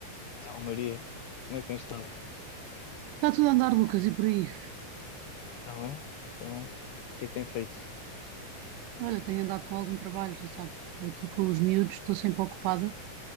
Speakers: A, on the left (about 70°); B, on the right (about 80°).
A: Então, Maria, como é que tens estado?
B: Está tudo a andar, Lucas, e por aí?
A: Ah, também, também. O que é que tem feito?
B: Olha, tenho andado com algum trabalho, já sabes, aqui com os miúdos, estou sempre ocupada,